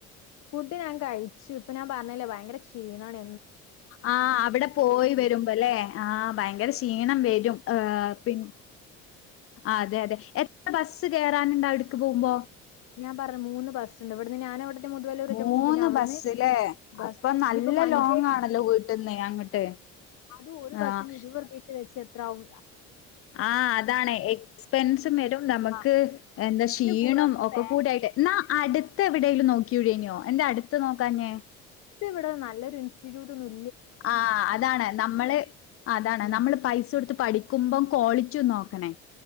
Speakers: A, on the left; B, on the left.
A: ഫുഡ് ഞാൻ കഴിച്ചു ഇപ്പൊ ഞാൻ പറഞ്ഞല്ലേ ഭയങ്കര ക്ഷീണയാണ്.
B: ആഹ് അവിടെ പോയി വരുമ്പോല്ലേ, ആഹ് ഭയങ്കര ക്ഷീണം വരും ഏഹ് പിന്നെ.
A: <inaudible>
B: അതെ അതെ എത്ര ബസ് കേറാൻ ഇണ്ട് അവിടുക്ക് പോകുമ്പോ.
A: ഞാൻ പറഞ്ഞ് മൂന്ന് ബസ്സ് ഉണ്ട്, ഇവിടുന്ന് ഞാൻ അവിടുന്ന്. <unintelligible>
B: മൂന്ന്
A: പിന്നെ അവിടുന്ന്
B: ബസ്സ്ല്ലേ
A: ബസ്സ്
B: അപ്പൊ നല്ല
A: ഇനിയിപ്പോ മഞ്ചേരിക്കാണൽ
B: ലോങ് ആണല്ലോ
A: <inaudible>
B: വീട്ടിന്ന് അങ്ങട്ട്.
A: അതും ഒരു
B: ആഹ്
A: ബസ്സിന് ഇരുപർ പീസ് വെച്ചെത്രാവും.
B: ആ അതാണ് എക്സ്പെൻസും വരും നമുക്ക്.
A: ആഹ്
B: എന്താ ക്ഷീണം
A: ഇതിന് പുറമെ
B: ഒക്കെ
A: വേ
B: കൂടായിട്ട് എന്നാ അടുത്ത് എവിടേലും നോക്കു <unintelligible> എന്താ അടുത്ത് നോക്കാഞ്ഞേ.
A: ഇത് ഇവിടെ നല്ലൊരു ഇൻസ്റ്റിറ്റ്യൂട്ട് നോക്കി.
B: ആഹ് അതാണ് നമ്മള് അതാണ്
A: ഉം
B: നമ്മള് പൈസ കൊടുത്ത് പഠിക്കുമ്പോ കോളി ച്ചു നോക്കണേ,